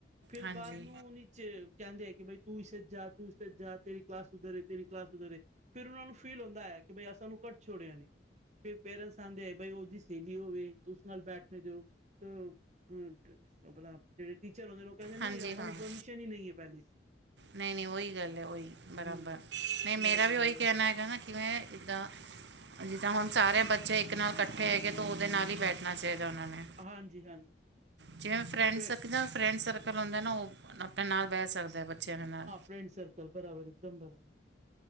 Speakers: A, on the right; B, on the right.
A: ਫੇਰ
B: ਹਾਂਜੀ
A: ਬਾਅਦ ਨੂੰ ਉਹ ਵਿੱਚ ਕਹਿੰਦੇ ਆ ਕਿ ਬਈ ਤੂੰ ਇਸੇ ਜਾ ਤੂੰ ਇਸੇ ਜਾ ਤੇਰੀ ਕਲਾਸ ਉੱਧਰ। ਤੇਰੀ ਕਲਾਸ ਉਦਰ ਹੈ ਫਿਰ ਉਹਨਾਂ ਨੂੰ ਫੀਲ ਹੁੰਦਾ ਕਿ ਅਸਾਂ ਸਾਨੂੰ ਕੱਢ ਛੋੜਿਆ ਨੀ। ਫਿਰ ਪੇਰੈਂਟਸ ਆਉਂਦੇ ਆ ਬਾਈ ਉਹਦੀ ਸਹੇਲੀ ਹੋਵੇ ਉਸ ਨਾਲ ਬੈਠਣੇ ਦਿਓ ਤੇ ਅ ਅਪਣਾ ਜਿਹੜੇ ਟੀਚਰ ਹੁੰਦੇ ਨੇ ਉਹ ਕਹਿੰਦੇ ਨਹੀਂ
B: ਹਾਂਜੀ
A: ਸਾਨੂੰ
B: ਹਾਂ
A: ਪਰਮਿਸ਼ਨ ਹੀ ਨਹੀਂ ਹੈ ਪਹਿਲੀ।
B: ਨਹੀਂ ਨਹੀਂ ਉਹੀ ਗੱਲ ਹੈ ਉਹੀ ਬਰਾਬਰ
A: ਹੂੰ,
B: ਨਹੀਂ ਮੇਰਾ
A: ਬਰਾਬਰ
B: ਵੀ ਉਹੀ
A: ਗੱਲ
B: ਕਹਿਣਾ ਹੈਗਾ ਨਾ। ਕਿਵੇਂ ਕਿੱਦਾਂ। ਜਿਦਾ ਹੁਣ ਸਾਰੇ ਬੱਚੇ ਇੱਕ ਨਾਲ ਇਕੱਠੇ ਹੈਗੇ ਤੇ ਉਹਦੇ ਨਾਲ ਹੀ ਬੈਠਣਾ ਚਾਹੀਦਾ ਉਹਨਾਂ ਨੇ।
A: ਹਾਂਜੀ ਹਾਂਜੀ
B: ਜਿਵੇਂ ਫਰੈਂਡ
A: ਫ
B: ਸਕਦਾ ਫਰੈਂਡ ਕਰੋਂਦਾ ਹੁੰਦਾ ਨਾ ਉਹ ਆਪਣੇ ਨਾਲ ਬਹਿ ਸਕਦਾ ਹੈ ਬੱਚਿਆਂ ਦੇ ਨਾਲ।
A: ਫ੍ਰੇਡ ਸਰਕਲ ਬਰਾਬਰ ਇੱਕਦਮ ਬਰਾਬਰ